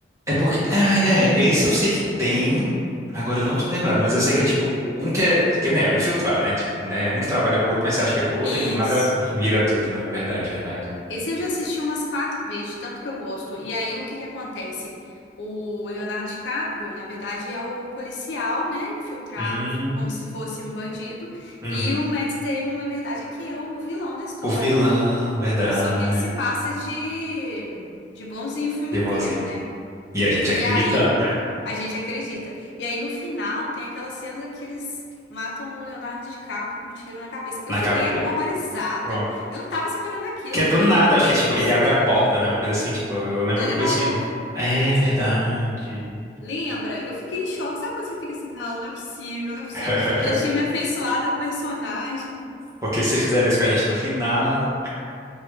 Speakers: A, on the right; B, on the left.
A: É porque. Ah, é, esse eu sei que tem. Agora eu não tô lembrado, mas eu sei que é tipo, um que é. Que né, é um infiltrado, né? Tipo, né? Um que trabalha pro outro, mas você acha que é pro outro,
B: Isso.
A: e do nada vira tudo, né? Verdade, verdade.
B: Esse eu já assisti umas quatro vezes, de tanto que eu gosto. E aí, o que que acontece? O Leonardo DiCaprio, na verdade, é o policial, né? Infiltrado
A: Hum,
B: como se fosse um bandido.
A: uhum.
B: E o Matt Damon, na verdade, é que é o vilão da história.
A: O vilão, verdade.
B: Só que ele se passa de, de bonzinho o filme
A: De
B: inteiro,
A: bonzinho.
B: né?
A: E a gente
B: E
A: acreditando.
B: aí, a gente acredita. E aí, no final, tem aquela cena que eles matam o Leonardo DiCaprio com um tiro na cabeça. Eu
A: Na
B: fiquei
A: cabeça.
B: horrorizada.
A: Pronto.
B: Eu não tava esperando aquilo.
A: Que é
B: Eu
A: do
B: falei,
A: nada,
B: meu
A: eu acho
B: Deus
A: que tipo, ele abre a porta, né? Uma coisa assim, tipo, eu lembro
B: do
A: alguma
B: elevador.
A: coisa assim. É verdade.
B: Lembra? Eu fiquei em choque. Sabe quando você fica assim, não, não é possível, não é possível.
A: <laughs>
B: Eu já tinha me afeiçoado ao personagem,
A: Porque se fizeram isso com a gente no final.